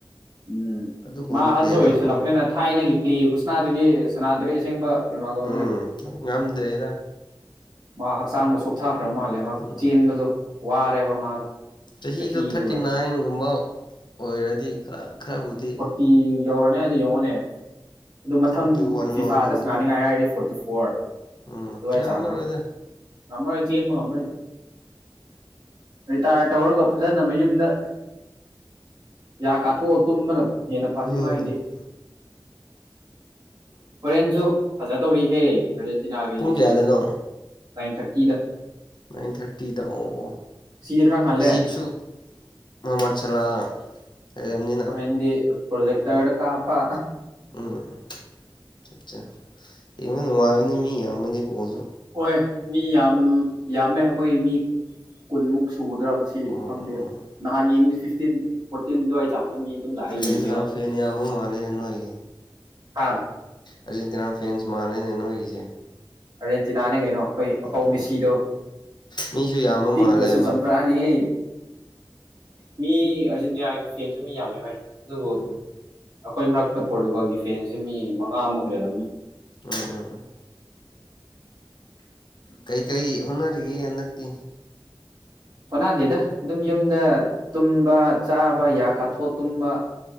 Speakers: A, on the right; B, on the left.
A: ꯎꯝ
B: ꯑꯗꯨꯒꯨꯝꯕ
A: ꯃꯥꯥ ꯑꯍꯥꯟꯁꯨ
B: ꯄ꯭ꯂꯦꯗꯣ
A: ꯑꯣꯏꯁꯟꯂꯛꯄꯅꯤꯅ
B: ꯑꯃ
A: ꯊꯥꯏꯅꯒꯤ ꯄ꯭ꯂꯦ ꯈꯨꯁꯟꯅꯗꯨꯗꯤ ꯁꯅꯗ꯭ꯔꯦ ꯑꯁꯦꯡꯕ ꯔꯣꯅꯥꯜꯗꯣꯁꯦ
B: ꯎꯝ ꯉꯝꯗ꯭ꯔꯦꯗ
A: ꯃꯥ ꯍꯛꯆꯥꯡꯗꯣ ꯆꯨꯞꯊꯈ꯭ꯔꯕ ꯃꯥꯜꯂꯦꯕ
B: ꯎꯝ
A: ꯆꯦꯟꯕꯗꯣ ꯋꯥꯔꯦꯕ ꯃꯥꯗꯣ
B: ꯆꯍꯤꯗꯣ
A: ꯆꯍꯤꯗꯨꯒ
B: ꯊꯥꯔꯇꯤ ꯅꯥꯏꯟꯒꯨꯝꯕ ꯑꯣꯏꯔꯗꯤ ꯈꯔ ꯈꯔꯕꯨꯗꯤ
A: ꯀꯤ ꯌꯧꯔꯅꯦ ꯑꯗꯨ ꯌꯦꯡꯉꯣꯅꯦ ꯑꯗꯨ ꯃꯊꯪ
B: ꯐꯣꯔꯇꯤ ꯋꯥꯟ
A: ꯐꯤꯐꯥꯗ
B: ꯑꯣꯏꯈ꯭ꯔꯕꯗꯨ
A: ꯁꯅꯥꯅꯤꯡꯉꯥꯏ ꯍꯥꯏꯔꯗꯤ ꯐꯣꯔ ꯐꯤ ꯐꯣꯔ
B: ꯎꯝ
A: ꯑꯗꯨꯋꯥꯏ
B: ꯉꯝꯃꯔꯣꯏꯗ
A: ꯆꯥꯡꯗ ꯉꯝꯃꯔꯣꯏ ꯆꯦꯟꯕ ꯉꯝꯔꯣꯏꯗ ꯔꯤꯇꯥꯌꯔ ꯇꯧꯔꯒ ꯐꯖꯅ ꯃꯌꯨꯝꯗ ꯌꯥ ꯀꯥꯊꯣꯛꯒ ꯇꯨꯝꯕꯅ ꯍꯦꯟꯅ ꯐꯅꯤ
B: ꯎꯝ
A: ꯃꯥꯏꯗꯤ ꯍꯣꯔꯦꯟꯁꯨ ꯐꯖꯗꯧꯔꯤꯍꯦ ꯑꯥꯔꯖꯦꯟꯇꯤꯅꯥꯒꯤ
B: ꯄꯨꯡ
A: ꯏꯖꯤꯞ
B: ꯀꯌꯥꯗꯅꯣ
A: ꯅꯥꯏꯟ ꯊꯥꯔꯇꯤꯗ
B: ꯅꯥꯏꯟ ꯊꯥꯔꯇꯤꯗ ꯑꯣ ꯑꯣ
A: ꯉꯁꯤꯗꯤ ꯈꯔ ꯉꯜꯂꯦ
B: ꯏꯖꯤꯞꯁꯨ ꯃꯨꯍꯃꯠ ꯁꯂꯥ ꯂꯩꯔꯝꯅꯤꯅ
A: ꯍꯣꯔꯦꯟꯗꯤ ꯄꯣꯖꯦꯛꯇꯔꯗ ꯀꯞꯄꯥ
B: ꯎꯝ ꯎꯝ ꯑꯁꯠꯆꯥ ꯌꯦꯡꯕ ꯅꯨꯡꯉꯥꯏꯕꯅꯤ ꯃꯤ ꯌꯥꯝꯃꯗꯤ ꯕꯣꯜꯁꯨ
A: ꯍꯣꯏ ꯃꯤ ꯌꯥꯝ ꯌꯥꯝꯃꯦ ꯑꯩꯈꯣꯏ ꯃꯤ ꯀꯨꯟꯃꯨꯛ ꯁꯨꯒꯗ꯭ꯔꯥ ꯉꯁꯤ ꯁꯤ
B: ꯎꯝ
A: ꯈꯪꯗꯦ
B: ꯎꯝ ꯎꯝ
A: ꯅꯍꯥꯟ ꯌꯦꯡꯕ ꯐꯤꯐꯇꯤꯟ ꯐꯣꯔꯇꯤꯟ ꯗꯨꯋꯥꯏ ꯆꯥꯡꯗ ꯃꯤ ꯑꯗꯨꯝ ꯂꯥꯛꯑ
B: ꯑꯔꯖꯦꯟꯇꯤꯅ
A: ꯌꯦꯡꯉꯦꯕ
B: ꯐꯦꯟ ꯌꯥꯝꯕ ꯃꯥꯟꯂꯦꯅꯦ ꯅꯣꯏꯒꯤ
A: ꯍꯥꯥ
B: ꯑꯔꯖꯦꯟꯇꯤꯅꯥ ꯐꯦꯟꯁ ꯃꯥꯥꯟꯂꯦꯅꯦ ꯅꯣꯏꯒꯤꯁꯦ
A: ꯑꯥꯔꯖꯦꯟꯇꯤꯅꯥꯅꯦ ꯀꯩꯅꯣ ꯑꯩꯈꯣꯏ ꯑꯄꯧ
B: ꯎꯝ
A: ꯃꯦꯁꯤꯗꯣ
B: ꯃꯤꯁꯨ ꯌꯥꯝꯕ ꯃꯥꯜꯂꯦꯕ
A: ꯄꯤꯛꯄꯁꯨ ꯆꯝꯄ꯭ꯔꯥ ꯑꯦ ꯃꯤ ꯑꯥꯔꯖꯦꯟꯇꯤꯅꯥꯒꯤ ꯐꯦꯟꯁꯨ ꯃꯤ ꯌꯥꯝꯃꯦ ꯍꯣꯏ ꯑꯗꯨꯕꯨ
B: ꯎꯝ
A: ꯑꯩꯈꯣꯏ ꯃꯔꯛꯇ ꯄꯣꯔꯇꯨꯒꯥꯜꯒꯤ ꯐꯦꯟꯁꯦ ꯃꯤ ꯃꯉꯥꯃꯨꯛ ꯂꯩꯔꯝꯅꯤ
B: ꯎꯝ ꯎꯝ ꯎꯝ ꯀꯩ ꯀꯩ ꯍꯣꯠꯅꯔꯤꯒꯦ ꯍꯟꯗꯛꯇꯤ
A: ꯍꯣꯠꯅꯗꯦꯗ ꯑꯗꯨꯝ ꯌꯨꯝꯗ ꯇꯨꯝꯕ ꯆꯥꯕ
B: ꯎꯝ ꯎꯝ
A: ꯌꯥ ꯀꯥꯊꯣꯛꯑ ꯇꯨꯝꯕ